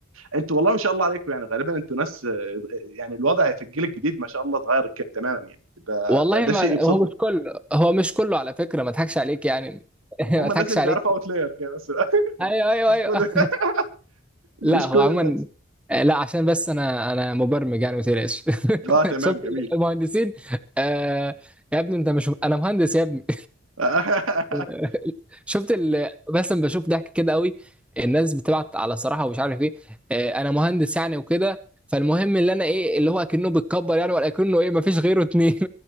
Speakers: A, on the right (about 85°); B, in the centre.
A: انتوا والله ما شاء الله عليكم يعني غالبا انتوا ناس آه، يعني الوضع في الجيل الجديد ما شاء الله اتغير ك- تماما يعني ده
B: والله
A: ده ده
B: ما
A: شيء يبسطني
B: هو مش كله هو مش كله على فكره ما اضحكش عليك يعني <laughs> ما
A: هم
B: اضحكش
A: الناس اللي
B: عليك
A: بيعرفوا اوتلاير كده بس <laughs>
B: ايوه ايوه
A: مش
B: ايوه
A: كل <laughs> مش
B: لا هو
A: كل
B: عموما
A: الناس
B: آه، لا عشان بس انا انا مبرمج يعني ما تقلقش <laughs>
A: اه تمام
B: شفت
A: جميل
B: المهندسين آه يا ابني انت مش انا مهندس يا ابني
A: <laughs>
B: <laughs> شفت ال... بس أنا بشوف ضحك كده قوي الناس بتبعت على صراحه ومش عارف ايه آه انا مهندس يعني وكده فالمهم اللي انا ايه اللي هو اكنه بيتكبر يعني ولا اكنه ايه ما فيش غيره اتنين